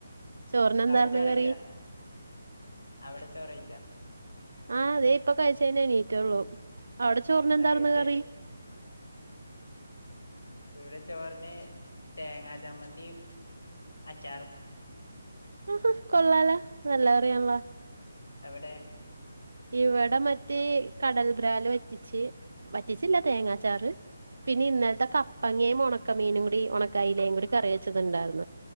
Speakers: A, on the right; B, on the left.
A: ചോറിന് എന്താർന്ന്
B: അവിടെ ചോറ്
A: കറി
B: കഴിച്ചോ അവിടെ ചോറ് കഴിച്ചോ?
A: ആഹ് അതെ ഇപ്പ കഴിച്ചു കഴിഞ്ഞു എണീറ്റുള്ളൂ. അവിടെ ചോറിന്
B: എന്താ
A: എന്താര്ന്ന്
B: കഴിച്ചേ
A: കറി.
B: ഇവിടെ ചോറിന് തേങ്ങാ ചമ്മന്തി അച്ചാറും
A: ഹ ഹ കൊള്ളാലോ നല്ല കറിയാണല്ലോ.
B: എവിടെ
A: ഇവിടെ മറ്റേ കടൽ ബ്രാല് വറ്റിച്ച് വറ്റിച്ചില്ല തേങ്ങാച്ചാറ് പിന്നെ ഇന്നൽത്തെ കപ്പങ്ങയും ഒണക്കമീനും കൂടി ഉണ തൈലേ കൂടി കറി വച്ചത്ണ്ടായിര്ന്നു